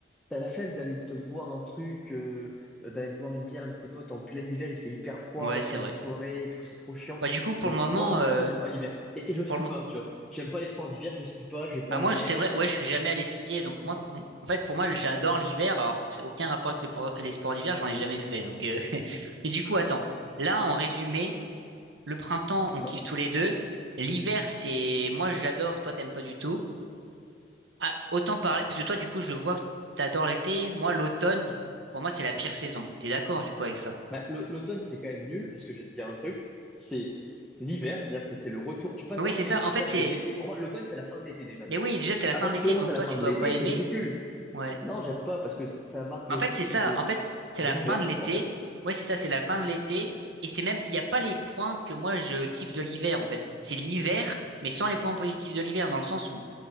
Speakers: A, in the centre; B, on the right.
A: T'as la flemme d'aller te boire un truc, euh, d'aller te boire une bière avec tes potes en plein hiver, il fait hyper froid,
B: Ouais, c'est
A: faire
B: vrai.
A: une soirée et tout, c'est trop chiant.
B: Ouais, du coup, pour
A: Donc
B: le moment,
A: moi, rien
B: euh,
A: que pour ça, j'aime pas l'hiver. Et, et je skie
B: pour le... mo-
A: pas, tu vois. J'aime pas les sports d'hiver, je skie pas, je vais pas
B: Ah, moi,
A: à la
B: je-
A: neige.
B: c'est vrai, ouais, je suis jamais allé skier. Donc, moi, pour... en fait, pour moi, j'adore l'hiver, alors que c'est aucun rapport avec les, por- les sports d'hiver, j'en ai jamais fait. Donc, euh, <laughs> Mais du coup, attends. Là, en résumé, le printemps, on
A: Bah,
B: kiffe tous les deux. L'hiver, c'est... Moi, j'adore, toi, t'aimes pas du tout. Ah, autant parler... Parce que toi, du coup, je vois que t'adores l'été. Moi, l'automne, pour moi, c'est la pire saison. T'es d'accord, du coup, avec ça?
A: bah, l'au- l'automne, c'est quand même nul, parce que je vais te dire un truc, c'est l'hiver, c'est-à-dire que c'est le retour. Tu passes,
B: Oui,
A: en
B: c'est
A: fait, déjà,
B: ça.
A: tu
B: En fait,
A: passes
B: c'est...
A: de l'été. Pour moi, l'automne, c'est la fin de l'été déjà.
B: Mais
A: Donc,
B: oui, déjà, c'est la
A: à
B: fin
A: partir
B: de l'été,
A: du moment
B: donc
A: où c'est la
B: toi,
A: fin
B: tu
A: de
B: dois
A: l'été,
B: pas aimer.
A: c'est ridicule.
B: Ouais.
A: Non, j'aime pas, parce que ça, ça marque
B: Mais
A: le
B: en
A: retour
B: fait, c'est ça.
A: de,
B: En fait, c'est
A: de
B: la
A: l'hiver,
B: fin de l'été.
A: en fait.
B: Ouais, c'est ça, c'est la fin de l'été. Et c'est même, il n'y a pas les points que moi, je kiffe de l'hiver, en fait. C'est l'hiver, mais sans les points positifs de l'hiver, dans le sens où